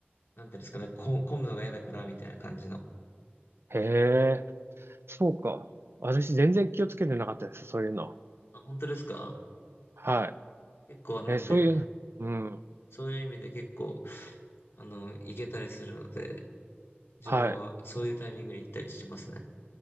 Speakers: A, on the left; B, on the right.
A: なんていうんですかね、こ混むのが嫌だからみたいな感じの。
B: へえ、そうか。私全然気をつけてなかったです、そういうの。
A: あ、本当ですか
B: は
A: 結構なんで、
B: い。え、そういう、うん。
A: そういう意味で結構、あの、行けたりするので、自分はそういうタイミングに行ったりしてますね。
B: はい。